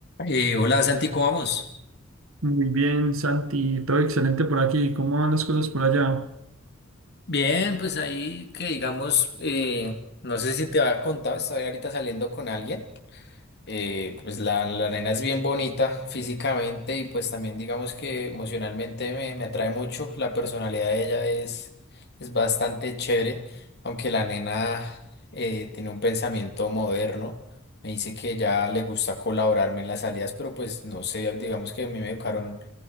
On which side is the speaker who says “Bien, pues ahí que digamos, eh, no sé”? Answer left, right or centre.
Left